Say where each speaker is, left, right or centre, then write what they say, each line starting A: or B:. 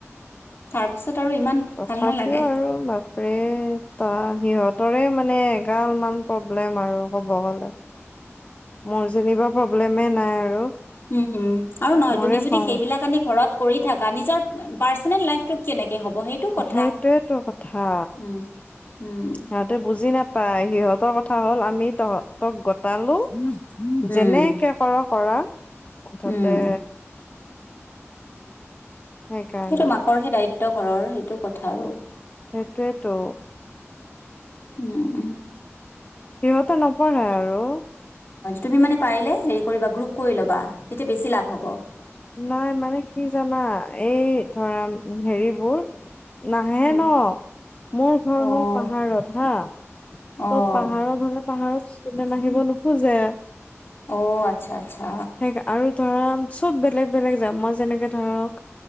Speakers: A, on the left (about 50°); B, on the left (about 30°).
A: তাৰপিছত আৰু ইমান
B: তথাপিও
A: ভাল নালাগে।
B: আৰু মাকৰে ত সিহঁতৰে মানেগালমান প্ৰব্লেম আৰু ক'ব গলে মোৰ যেনিবা প্ৰব্লেমে নাই আৰু
A: উম হম আৰু নহয়
B: মোৰে
A: তুমি যদি
B: খং
A: সেইবিলাক
B: উঠে।
A: আনি ঘৰত কৰি থকা নিজৰ পাৰ্চনেল লাইফতোক কেনেকে হ'ব সেইটো কথা।
B: সেইটোয়েতো কথা
A: উম, উম,
B: সিহঁতে বুজি নাপ- পাই সিহঁতৰ কথা হ'ল আমি তহঁতক গটালো
A: উম,
B: যেনেকে কৰক পৰা ততে
A: উম।
B: সেইকাৰণে
A: সেইটো মাকৰ সেই দায়িত্ব ঘৰৰ সেইটো কথা আৰু
B: সেইটোয়েইতো
A: উম উ
B: সিহঁতে নপঢ়াই আৰু
A: তুমি মানে পাৰিলে হেৰি কৰিবা গ্ৰুপ কৰি ল'বা তেতিয়া বেছি লাভ হ'ব
B: নাই মানে কি জানা এই ধৰা হেৰিবোৰ নাহে
A: উম,
B: ন মোৰ ঘৰ
A: অ',
B: হ'ল পাহাৰত হা
A: অ',
B: ত' পাহাৰত হলে পাহাৰত কোনে নাহিব নোখোজে
A: অ', আচ্ছা, আচ্ছা।
B: সেইকা আৰু ধৰা চব বেক- বেলেগ যাম মই যেনেকে ধৰক